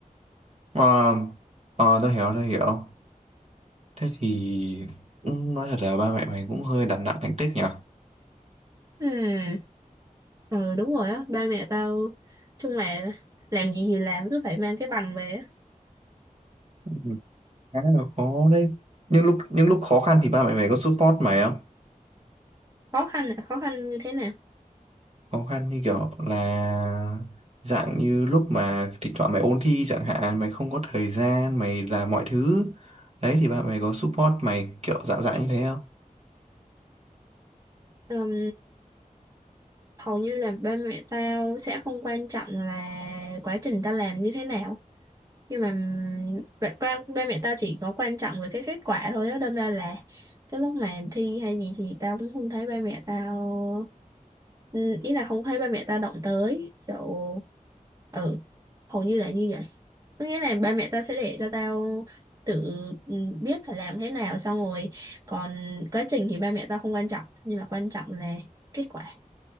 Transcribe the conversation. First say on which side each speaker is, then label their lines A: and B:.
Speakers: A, on the right; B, on the right.
A: ờ ờ tao hiểu tao hiểu thế thì cũng nói thật là ba mẹ mày cũng hơi đặt nặng thành tích nhỉ
B: ừ ừ đúng rồi á ba mẹ tao chung là làm gì thì làm cứ phải mang cái bằng về á
A: Ừm, khá là khó đấy những lúc những lúc khó khăn thì ba mẹ mày có support mày không
B: khó khăn là khó khăn như thế nào
A: khó khăn như kiểu là dạng như lúc mà thỉnh thoảng mày ôn thi chẳng hạn mày không có thời gian mày làm mọi thứ đấy thì ba mẹ mày có support mày kiểu dạng dạng như thế không
B: Ừm, hầu như là ba mẹ tao sẽ không quan trọng là quá trình tao làm như thế nào nhưng mà ừm, ba, ba ba mẹ tao chỉ có quan trọng về cái kết quả thôi á đâm ra là cái lúc mà thi hay gì thì tao cũng không thấy ba mẹ tao ừm, ý là không thấy ba mẹ tao động tới kiểu ừ hầu như là như vậy có nghĩa là ba mẹ tao sẽ để cho tao tự ừ, biết phải làm thế nào xong rồi còn quá trình thì ba mẹ tao không quan trọng nhưng mà quan trọng là kết quả